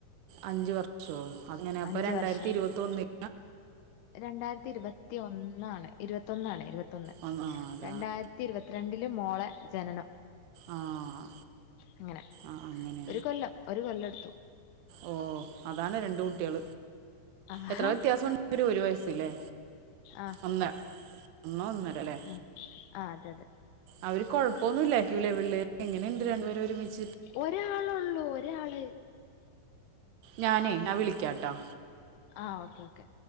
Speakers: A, on the right; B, on the left.
A: അഞ്ച വർഷോ അങ്ങനെ ഇപ്പ
B: അഞ്ച്
A: രണ്ടായിരത്തി
B: വർഷം
A: ഇരുപതൊന്നിൽ
B: രണ്ടായിരത്തി ഇരുപത്തി ഒന്നാണ് ഇരുപത്തിയൊന്ന് ഇരുപത്തിയൊന്ന്
A: ആ അതാണ്
B: രണ്ടായിരത്തി ഇരുപത്തിരണ്ടില് മോളെ ജനനം
A: ആഹ്
B: അങ്ങനെ
A: ആഹ് അങ്ങനെയാ
B: ഒരു കൊല്ലം ഒരു കൊല്ലമെടുത്തു
A: ഓ അതാണ് രണ്ട കുട്ടികൾ
B: ആഹാ
A: എത്ര വ്യത്യാസമുണ്ട് ഒരു വയസ്സല്ലേ
B: ആഹ്
A: ഇന്ന് ഇന്ന് ഇന്നലെല്ലേ
B: ആഹ് ആഹ് അതെ അതെ
A: അവർ കുഴപ്പമൊന്നും ഇല്ല യിരിക്കൂല്ലേ പിള്ളേർ എങ്ങനെയുണ്ട് രണ്ടുപേർ ഒരുമിച്ച്
B: ഒരാൾ ഒള്ളൂ ഒരാൾ
A: ഞാനേ ഞാൻ വിളിക്കാട്ടാ
B: ആ ഓക്കേ ഓക്കേ